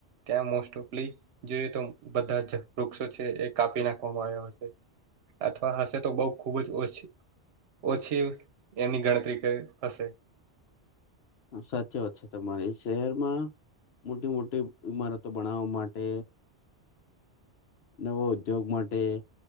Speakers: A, on the right; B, on the left.
A: ત્યાં મોસ્ટ ઓફલી જોઈએ તો બધા જ વૃક્ષો છે એ કાપી નાખવામાં આવ્યા છે અથવા હશે તો બઉ ખુબ જ ઓછ ઓછી એની ગણતરી હશે
B: સાચી વાત છે તમારે શહેરમાં મોટી મોટી ઈમારતો બનાવવા માટે નવાો ઉદ્યોગ માટે